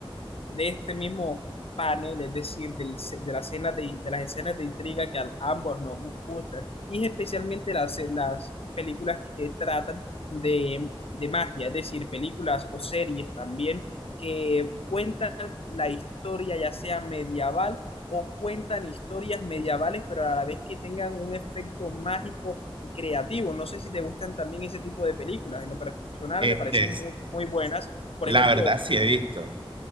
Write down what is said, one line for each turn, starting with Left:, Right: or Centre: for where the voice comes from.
Left: de este mismo panel, es decir, del ce- de, la escena de, de las escenas de intriga que a ambos nos gustan, y especialmente las, las películas que tratan de, de magia, es decir, películas o series también que cuentan la historia ya sea medieval o cuentan historias medievales, pero a la vez que tengan un efecto mágico y creativo. No sé si te gustan también ese tipo de películas. En lo personal
Right: Este,
Left: me parecen muy, muy buenas. Por
Right: la
Left: ejemplo,
Right: verdad sí he visto.